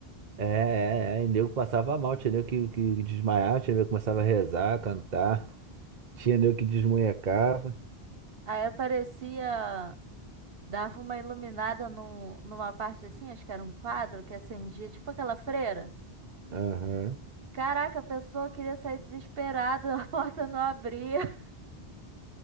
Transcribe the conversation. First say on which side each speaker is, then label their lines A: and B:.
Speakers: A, on the right (about 50°); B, on the right (about 65°).
A: É, é, é. E nego passava mal, tinha nego que, que desmaiava, tinha nego que começava a rezar, cantar, tinha nego que desmunhecava.
B: Aí aparecia, dava uma iluminada num, numa parte assim, acho que era um quadro que acendia, tipo aquela freira.
A: Aham.
B: Caraca, a pessoa queria sair desesperada, <laughs> a porta não abria. <laughs>